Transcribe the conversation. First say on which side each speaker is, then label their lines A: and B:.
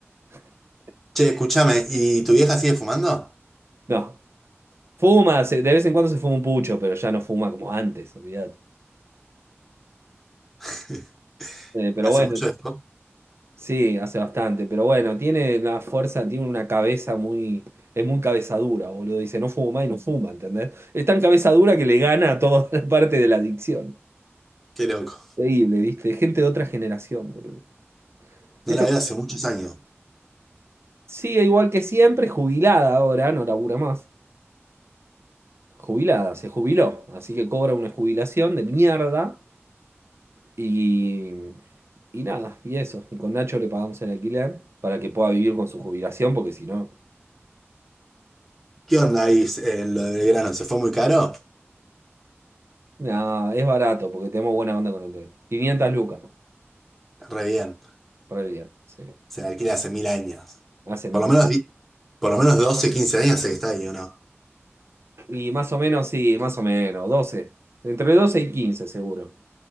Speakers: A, on the right; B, in the centre.
A: <laughs>
B: Che, escúchame, ¿y tu vieja sigue fumando?
A: No. Fuma, se- de vez en cuando se fuma un pucho, pero ya no fuma como antes, olvídate.
B: <laughs>
A: Eh, pero
B: ¿Hace
A: bueno,
B: mucho esto?
A: sí, hace bastante. Pero bueno, tiene la fuerza, tiene una cabeza muy. Es muy cabezadura, boludo. Dice, no fuma y no fuma, ¿entendés? Es tan cabezadura que le gana a toda <laughs> la parte de la adicción.
B: Qué loco.
A: Increíble, ¿viste? Gente de otra generación, boludo.
B: No
A: Esto
B: la veo hace muchos años.
A: sigue igual que siempre, jubilada ahora, no labura más. Jubilada, se jubiló. Así que cobra una jubilación de mierda. Y, y nada, y eso. Y con Nacho le pagamos el alquiler para que pueda vivir con su jubilación, porque si no,
B: ¿Qué onda ahí en lo de Belgrano? ¿Se fue muy caro?
A: nada, es barato, porque tenemos buena onda con el dueño. 500 lucas,
B: Re bien.
A: re bien, sí.
B: Se la alquila hace mil años.
A: Hace mil.
B: Por lo menos, di- por lo menos 12, 15 años sé que está ahí, ¿o no?
A: Y más o menos, sí, más o menos, doce Entre 12 y 15 seguro.